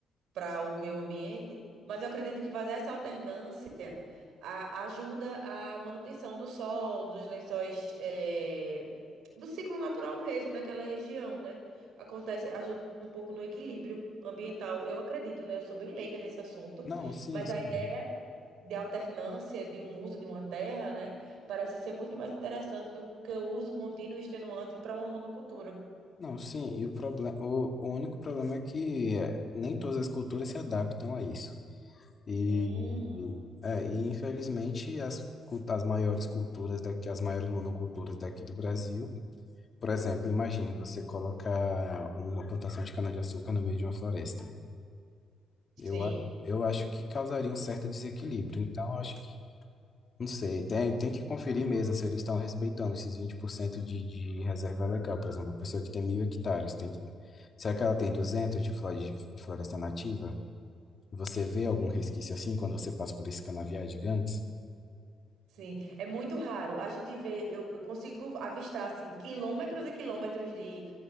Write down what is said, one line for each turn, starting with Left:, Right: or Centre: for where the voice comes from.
Right: para o meio ambiente, mas eu acredito que fazer essa alternância a- ajuda a manutenção do solo, dos lençóis, eh, do ciclo natural mesmo daquela região, né? Acontece, ajuda um pouco no equilíbrio ambiental. Eu acredito, né? Eu sou bem leiga nesse assunto,
Left: Não, sim,
Right: mas
Left: sim.
Right: a ideia de alternância de um uso de uma terra, né, parece ser muito mais interessante do que o uso contínuo e extenuante para uma monocultura.
Left: Não, sim, e o problema, o, o único problema é que é, nem todas as culturas se adaptam a isso. E,
Right: Hum,
Left: é, e infelizmente, as, cul- as maiores culturas daqui, as maiores monoculturas daqui do Brasil, por exemplo, imagine você colocar uma plantação de cana-de-açúcar no meio de uma floresta. Eu,
Right: sim,
Left: a- eu acho que causaria um certo desequilíbrio. Então, eu acho que, não sei, tem, tem que conferir mesmo se eles estão respeitando esses 20% de, de reserva legal. Por exemplo, a pessoa que tem mil hectares tem Será que ela tem 200 de flor- de floresta nativa? Você vê algum resquício assim quando você passa por esses canaviais gigantes?
Right: sim. É muito raro. A gente vê, eu eu consigo avistar assim quilômetros e quilômetros de